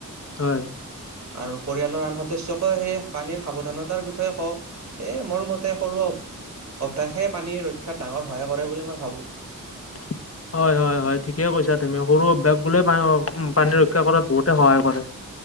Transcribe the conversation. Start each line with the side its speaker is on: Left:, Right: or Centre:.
Left: হয়-
Right: আৰু পৰিয়ালৰ আন সদস্যকে সেই পানীৰ সাৱধানতাৰ বিষয়ে কওঁ সে মোৰ মতে সৰু- অভ্যাসে পানী ৰক্ষাত ডাঙৰ সহায় কৰে বুলি মই ভাবোঁ -
Left: <unintelligible> <inaudible> হয় হয় হয় ঠিকেই কৈছা তুমি সৰু অভ্যাস বো পানী ৰক্ষা কৰাত বহুতে সহায় কৰে-